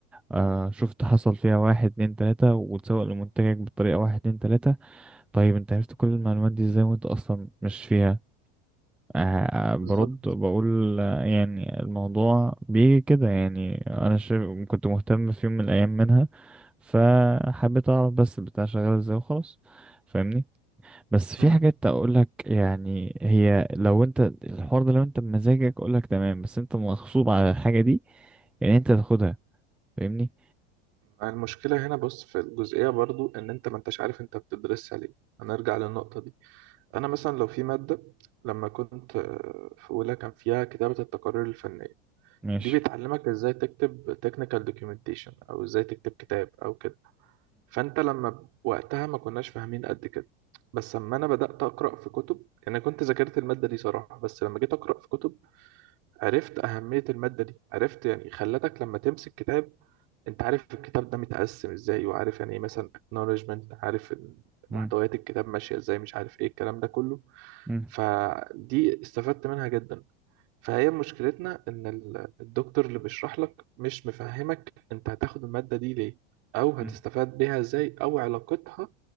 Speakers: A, in the centre; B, on the right (about 45°).
A: آه شفت حصل فيها واحد اتنين تلاتة وتسوق لمنتجك بطريقة واحد اتنين تلاتة طيب انت عرفت كل المعلومات دي ازاي وانت اصلا مش فيها آه برد
B: بالظبط
A: بقول آه، يعني الموضوع بيجي كده يعني انا شايف كنت مهتم في يوم من الايام منها فحبيت اعرف بس البتاع شغال ازاي وخلاص فاهمني بس
B: مم.
A: في حاجات اقول لك يعني هي لو انت الحوار ده لو انت بمزاجك اقول لك تمام بس انت مغصوب على الحاجة دي يعني انت تاخدها فاهمني
B: المشكلة هنا بص في الجزئية برضو إن أنت ما أنتش عارف أنت بتدرسها ليه هنرجع للنقطة دي أنا مثلا لو في مادة لما كنت آه، في أولى كان فيها كتابة التقارير الفنية
A: ماشي
B: دي بتعلمك إزاي تكتب technical documentation أو إزاي تكتب كتاب أو كده فأنت لما ب- وقتها ما كناش فاهمين قد كده بس لما أنا بدأت أقرأ في كتب يعني أنا كنت ذاكرت المادة دي صراحة بس لما جيت أقرأ في كتب عرفت أهمية المادة دي عرفت يعني خلتك لما تمسك كتاب انت عارف الكتاب ده متقسم ازاي وعارف يعني ايه مثلا acknowledgement عارف محتويات
A: مم.
B: الكتاب ماشية ازاي مش عارف ايه الكلام ده كله
A: مم.
B: فدي استفدت منها جدا فهي مشكلتنا ان ال- الدكتور اللي بيشرح لك مش مفهمك انت هتاخد المادة دي ليه او هتستفاد
A: مم.
B: بيها ازاي او علاقتها